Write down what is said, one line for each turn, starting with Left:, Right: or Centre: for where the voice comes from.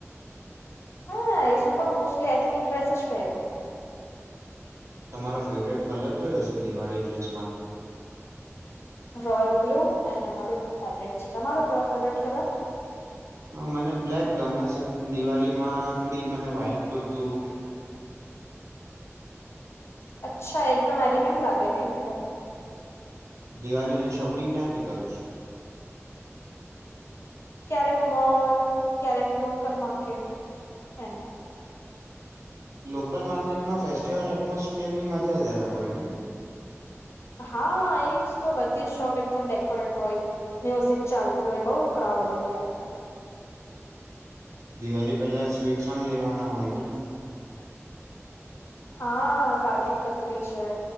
Left: નાઈસ, હુ પણ મોસ્ટલી <unintelligible> ડ્રેસેસ જ પહેરું.
Right: તમારો ફેવરેટ કલર કયો છે દિવાળી ડ્રેસ માટે?
Left: Royal blue and maroon favourite છે. તમારો કયો ફેવરેટ કલર?
Right: અ મને બ્લેક ગમે છે, પણ દિવાલીમાં ક્રીમ અને વ્હાઈટ કુરતું
Left: અચ્છા, એકદમ એલિગેન્ટ લાગેને એટલે.
Right: દિવાલીની શોપિંગ ક્યાંથી કરો છો?
Left: ક્યારેક મોલ, ક્યારેક લોકલ માર્કેટ એમ.
Right: લોકલ માર્કેટમાં ફેસ્ટિવલ એટમોસફિયરની મજા જ અલગ હોય ને.
Left: હા, એજ તો બધી જ શોપ એકદમ ડેકોરેટ હોય. મ્યુઝિક ચાલતું હોય બઉ ક્રાઉડ હોય ત્યારે તો.
Right: દિવાલી પેલા સ્વીટસ પણ લેવાના હોય ને.
Left: હા, કાજુ કતરી છે